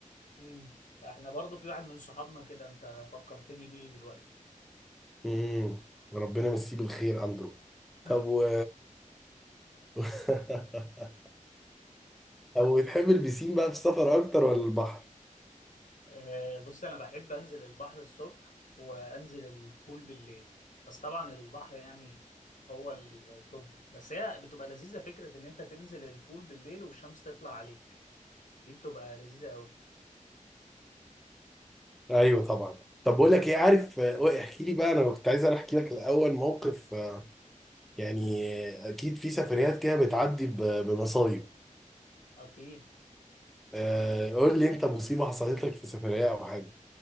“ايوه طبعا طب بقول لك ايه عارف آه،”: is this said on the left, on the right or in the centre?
Centre